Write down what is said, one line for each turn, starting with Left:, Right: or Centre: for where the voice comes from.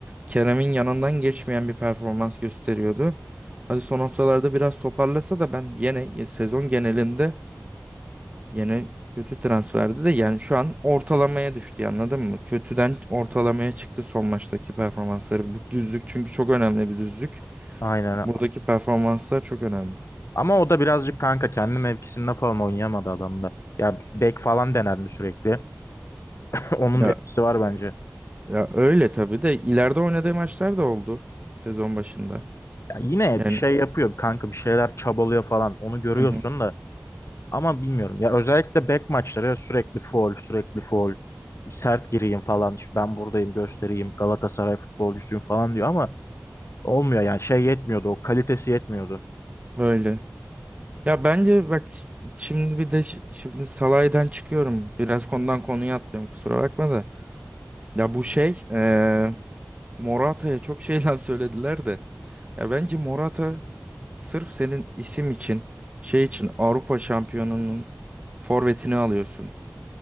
Right: Kerem'in yanından geçmeyen bir performans gösteriyordu. Hadi son haftalarda biraz toparlasa da ben yine sezon genelinde yine kötü transferdi de yani şu an ortalamaya düştü anladın mı? Kötüden ortalamaya çıktı son maçtaki performansları. Bu düzlük çünkü çok önemli bir düzlük.
Left: Aynen.
Right: Buradaki performanslar çok önemli.
Left: Ama o da birazcık kanka kendi mevkisinde falan oynayamadı adamda. Ya bek falan denendi sürekli. <laughs> Onun
Right: Ya,
Left: da etkisi var bence.
Right: ya öyle tabii de ileride oynadığı maçlar da oldu sezon başında.
Left: Ya yine
Right: Yani
Left: bir şey yapıyor kanka bir şeyler çabalıyor falan. Onu görüyorsun
Right: hı hı,
Left: da ama bilmiyorum. Ya özellikle bek maçları sürekli faul, sürekli faul. Sert gireyim falan. işte Ben buradayım göstereyim. Galatasaray futbolcusuyum falan diyor ama olmuyor yani şey yetmiyordu. O kalitesi yetmiyordu.
Right: öyle. Ya bence bak şimdi bir de şi- şimdi salaydan çıkıyorum. Biraz konudan konuya atlıyorum kusura bakma da. Ya bu şey eee Morata'ya çok şeyler <laughs> söylediler de. Ya bence Morata sırf senin isim için şey için Avrupa şampiyonunun forvetini alıyorsun.